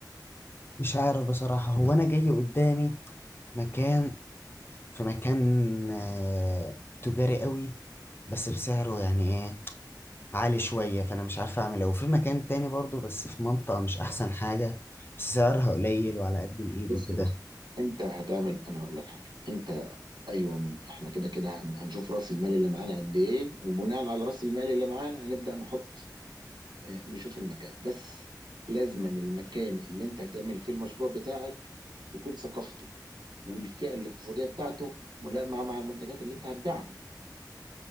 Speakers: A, on the left; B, on the right.
A: مش عارف بصراحة هو أنا جاي قدامي مكان في مكان آه، تجاري قوي بس بسعره يعني إيه عالي شوية فأنا مش عارف أعمل إيه وفي مكان تاني برضو بس في منطقة مش أحسن حاجة بس سعرها قليل وعلى قد الإيد
B: بص
A: وكده
B: بص انت هتعمل انا هقول لك حاجة انت ايوه احنا كده كده هن- هنشوف راس المال اللي معانا قد ايه وبناء على راس المال اللي معانا هنبدأ نحط اه، نشوف المكان بس لازما المكان اللي انت هتعمل فيه المشروع بتاعك يكون ثقافته والفئة الاقتصادية بتاعته ملائمة مع المنتجات اللي انت هتبيعها